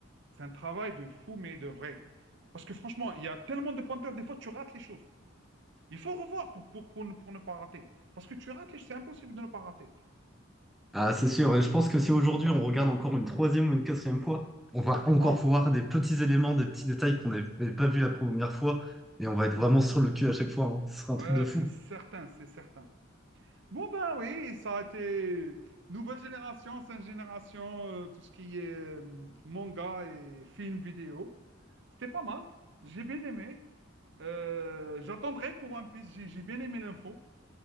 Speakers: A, on the right (about 55°); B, in the centre.
A: C'est un travail de fou, mais de vrai. Parce que franchement, il y a tellement de pointeurs, des fois, tu rates les choses. Il faut revoir pour, pour, pour ne, pour ne pas rater. Parce que tu rates les c'est impossible de ne pas rater.
B: Ah, c'est sûr. Et je pense que si aujourd'hui on regarde encore une troisième ou une quatrième fois, on va encore
A: Oh,
B: voir des petits éléments, des petits détails qu'on n'avait pas vus la première fois. Et on va être vraiment sur le cul à chaque fois. hein. Ce sera un truc
A: ouais,
B: de fou.
A: c'est certain, c'est certain. Bon ben oui, ça a été nouvelle génération, cinq génération, euh, tout ce qui est euh, manga et film vidéo. C'était pas mal, j'ai bien aimé. Euh, j'attendrai pour One Piece, j'ai j'ai bien aimé l'info.